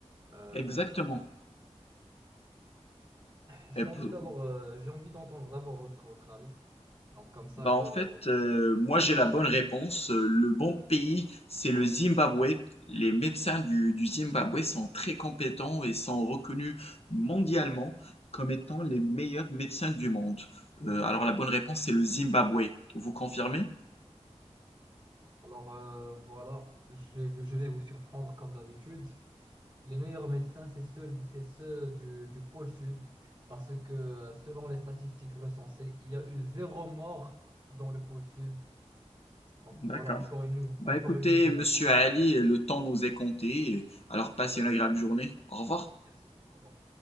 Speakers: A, on the right; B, on the left.
A: Euh,
B: Exactement.
A: j'ai
B: Et
A: envie
B: pou-
A: d'abord, euh, j'ai envie d'entendre d'abord votre, votre avis. Donc, comme ça,
B: Bah
A: je.
B: en fait, euh, moi j'ai la bonne réponse. Euh, Le bon pays, c'est le Zimbabwe. Les médecins du, du Zimbabwe sont très compétents et sont reconnus mondialement comme étant les meilleurs médecins du monde. Euh, alors la bonne réponse, c'est le Zimbabwe. Vous confirmez?
A: Alors, euh, voilà, je vais, je vais vous surprendre comme d'habitude. Les meilleurs médecins, c'est ceux, c'est ceux du, du pôle sud, parce que euh, selon les statistiques recensées, il y a eu zéro mort dans le pôle sud. Donc
B: D'accord.
A: voilà, encore une, nou-
B: Bah
A: encore
B: écoutez,
A: une nouvelle
B: monsieur
A: information.
B: Ali, le temps nous est compté. Alors passez une agréable journée. Au revoir.
A: Merci. Au revoir.